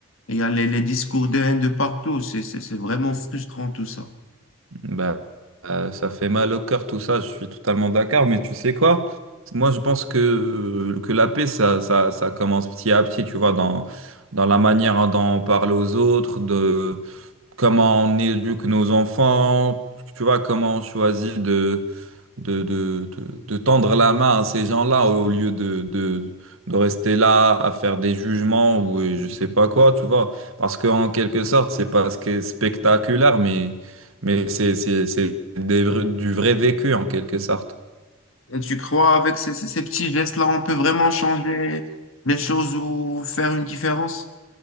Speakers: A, on the left (about 65°); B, on the right (about 70°).
A: et il y a les, les discours de haine de partout. C'est, c'est, c'est vraiment frustrant tout ça.
B: Bah, euh, ça fait mal au cœur tout ça, je suis totalement d'accord, mais tu sais quoi? Moi, je pense que, euh, que la paix, ça, ça, ça commence petit à petit, tu vois, dans, dans la manière dont on parle aux autres, de comment on éduque nos enfants, tu vois, comment on choisit de, de, de, de, de tendre la main à ces gens-là au lieu de, de, de rester là à faire des jugements ou euh, je sais pas quoi, tu vois. Parce qu'en quelque sorte, c'est pas ce qui est spectaculaire, mais, mais c'est, c'est, c'est des vra- du vrai vécu en quelque sorte.
A: Et tu crois, avec ces, ces, ces petits gestes-là, on peut vraiment changer les choses ou faire une différence?